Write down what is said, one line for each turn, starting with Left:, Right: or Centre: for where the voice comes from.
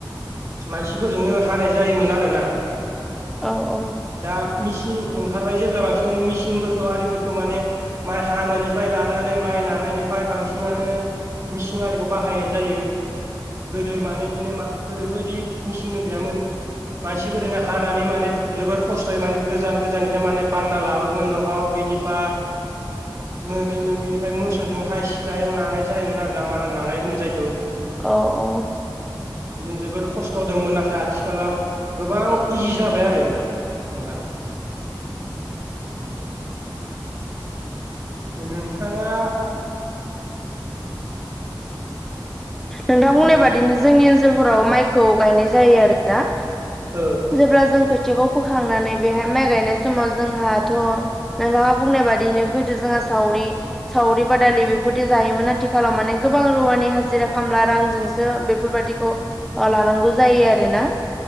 Right: मानसिफोरजोंनो हानाय जायोमोन आरोना
Centre: औ औ
Right: दा मिसिं ओंखारबाय जेब्ला बांसिनानो मिसिंफोरखौ आरिफोरखौ माने माइ हानायनिफ्राय लानानै माइ नानायनिफ्राय बांसिनानो मिसिं आरिखौ बाहायनाय जायो गोदो माने इदिनो गोदोथ' इदि मिसिंउनु गैयामोन मानसिफोरजोंनो हानानै माने जोबोर खस्थ'यै माने गोजान गोजाननिफ्राय माने बानना लाबोमोन न'वाव बिनिफा
Centre: <inaudible>
Right: मोन मोन बेनिफ्राय मोसौजों हा सिथलायाव नानाय जायोमोन आरो ना मारा नानाय होनो जायखौ
Centre: औ अ
Right: बिदिनो जोबोर खस्थ' दंमोन नाथाय आथिखालाव गोबां इजि जाबाय आरो। नोंथां ओम। नोंथाङा
Centre: नोंथां बुंनाय
Right: औ
Centre: बादिनो जोंनि ओनसोलफोराव माइखौ गायनाय जायो आरोना।
Right: औ
Centre: जेब्ला जों खोथियाखौ फोखांनानै बेहाय माइ गायनाय समाव जोंहाथ' नोंथाङा बुंनाय बादिनो गोदो जोंहा सावरि सावरि बादालि बेफोरदि जायोमोन आथिखालाव माने गोबां रुवानि हाजिरा खामला रांजोंसो बेफोरबादिखौ ओ लानांगौ जायो आरोना